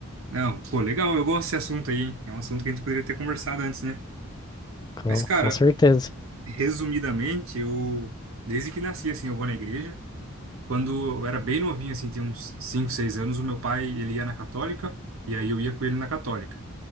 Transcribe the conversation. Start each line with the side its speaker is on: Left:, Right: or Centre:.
Right: Não, pô, legal. Eu gosto desse assunto aí, hein? É um assunto que a gente poderia ter conversado antes, né?
Left: Com,
Right: Mas, cara,
Left: com certeza.
Right: resumidamente, eu... Desde que nasci, assim, eu vou na igreja. Quando eu era bem novinho, assim, tinha uns 5 6 anos, o meu pai, ele ia na católica. E aí eu ia com ele na católica.